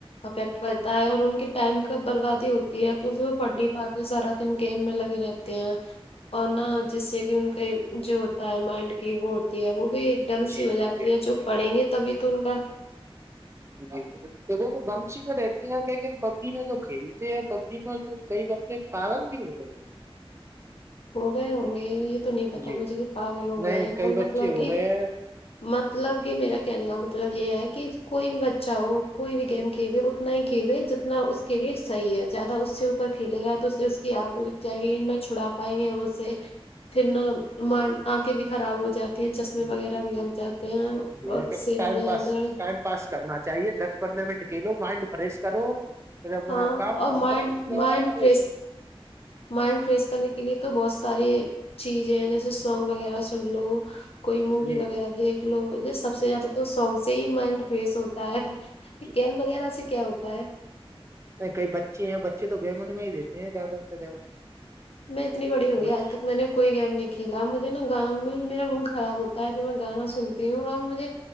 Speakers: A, on the left; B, on the right.
A: افیکٹ تا اور ان کے ٹائم ک بربادی ہوتی ہے کیونکہ وہ
B: جی
A: پڑھ نہیں
B: جی
A: پاتے سرا ن گیم میں لگے رہتے ہیں اور نہا جس سے کہ ان کے جو ہوتا ہے مائنڈ کی وہ ہوتی ہے وہ بھی ڈل
B: جی
A: سی ہو جاتی
B: جی جی
A: ہے جو پڑھیں گے تبھی تو ان کا <inaudible>
B: جی تو وہ وہ گمش ہی میں رہتے ہیں لیکن پب جی میں جو کھیلتے ہیں پب جی میں جو کئی بمے پندی ہو گے
A: ہو گئے ہوں گے یہ تو نہیں پتا
B: جی
A: مجھے کہ پاگل ہو
B: نہیں
A: گئے ہیں س
B: کئی بچے
A: مطلب کہ
B: ہو گئے ہیں
A: مطلب کہ میرا کہنے کا مطلب یہ ہے کہ کوئی بھی بچا ہو کوئی بھی گیم کھیلے نا ہی کھیلے جتنا اس کے لیے صحیح ہے زیادہ اس سے اوپر کھیلے گا تو اس سے اس کی آل کو لگ جائے گی نہ چھڑاپ پائیں گے ہم اس سے پھر نہ آنکھیں بھی خراب ہو جاتی چشمے وغیرہ
B: جی جی
A: بھی لگ
B: جی
A: جاتے ہیں
B: یہ
A: اور
B: کہ
A: Samudra
B: time pass time pass کرنا چاہیے دس پندرہ منٹ کھیلو مائنڈ فریش کرو اے اپنا
A: ہاں
B: کام
A: اور
B: ہمرا
A: مائنڈ مائنڈ
B: دا کر
A: فریش مائنڈ فریش کرنے کے لیے تو بہت سارے چیزیں ہیں جیسے سانگ وغیرہ سن لو کوئی مووی
B: جی
A: وغیرہ
B: جی
A: دیکھ لو سب
B: جی
A: سے زیادہ تو سانگ سے ہی مائنڈ فریش ہوتا ہے یہ
B: جی جی
A: کیمپ
B: جی
A: وغیرہ سے کیا ہوتا ہے
B: نہیں کئی بچے ہیں بچے تو گموں میں ہی دیتے ہیں زیادہ تر
A: میں اتنیڑ ہو گی
B: بچ
A: آج تک میں نے کوئی گیم نہیں اکھیلا مجھے نا گانؤ میں میرا موڈ خراب ہوتا ہے تو میں گانا سنتی ہوں اور مجھے